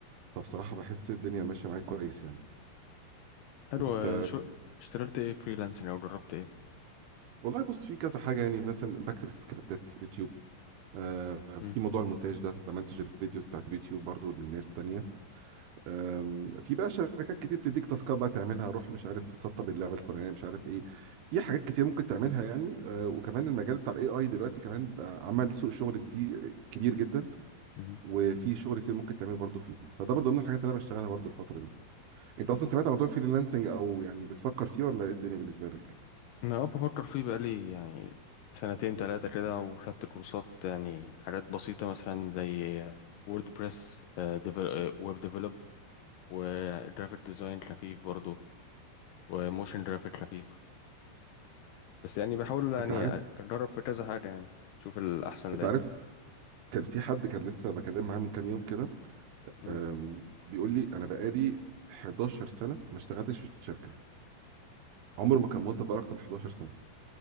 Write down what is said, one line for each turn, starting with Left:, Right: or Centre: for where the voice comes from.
Right: فبصراحة بحس الدنيا ماشية معايا كويس يعني
Left: حلو
Right: أنت
Left: آه، شو اشتغلت ايه فريلانسنج او جربت ايه
Right: والله بص في كذا حاجة يعني مثلا بكتب سكريبتات يوتيوب آه
Left: مم.
Right: في موضوع المونتاج ده بمنتج الفيديوز بتاعت اليوتيوب برضو للناس تانية أم، في بقى شركات كتير بتديك تاسكات بقى تعملها روح مش عارف سطب اللعبه الفلانيه مش عارف ايه في حاجات كتير ممكن تعملها يعني أه، وكمان المجال بتاع الاي اي دلوقتي كمان بقى عمل سوق شغل جديد كبير جدا
Left: مم.
Right: وفي شغل كتير ممكن تعمل برضه فيه فده برضه من الحاجات اللي انا بشتغلها برضه الفتره دي انت اصلا سمعت عن موضوع الفريلانسنج او يعني بتفكر فيه ولا ايه الدنيا بالنسبه لك
Left: انا اه بفكر فيه بقالي يعني سنتين تلاتة كده وخدت كورسات يعني حاجات بسيطة مثلا زي ووردبريس ويب ديفلوب وجرافيك ديزاين خفيف برضه وموشن جرافيك خفيف بس يعني بحاول يعني
Right: انت عارف
Left: اتدرب في كذا حاجة يعني اشوف الاحسن
Right: انت
Left: ليا
Right: عارف كان في حد كان لسه بكلم معاه من كام يوم كده
Left: مم.
Right: أم، بيقول لي انا بقالي 11 سنه ما اشتغلتش في الشركه عمره ما كان موظف بقى اكتر من 11 سنه